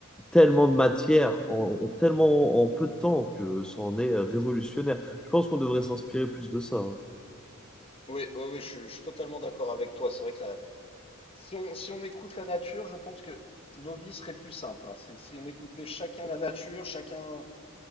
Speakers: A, in the centre; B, on the left.
A: tellement de matière en, en tellement en peu de temps que ça en est euh, révolutionnaire. Je pense qu'on devrait s'inspirer plus de ça. hein.
B: Oui, oui, oui, je, suis je suis totalement d'accord avec toi. C'est vrai que la- si on, si on écoute la nature, je pense que nos vies seraient plus simples. hein. Si, si on écoutait chacun la nature, chacun,